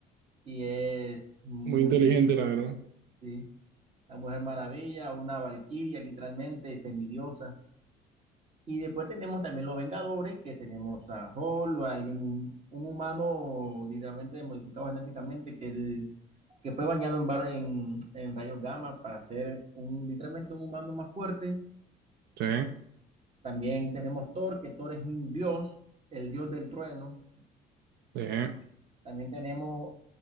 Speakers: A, on the right; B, on the right.
A: y es muy,
B: muy inteligente, la verdad.
A: sí. la Mujer Maravilla, una Valquiria, literalmente semidiosa. Y después tenemos también los Vengadores, que tenemos a Hulk, o a alguien, un, un humano literalmente modificado genéticamente, que, el- que fue bañado en, bar- en, en rayos gamma para ser un, literalmente un humano más fuerte.
B: Sí,
A: También tenemos Thor, que Thor es un dios, el dios del trueno.
B: sí,
A: También tenemos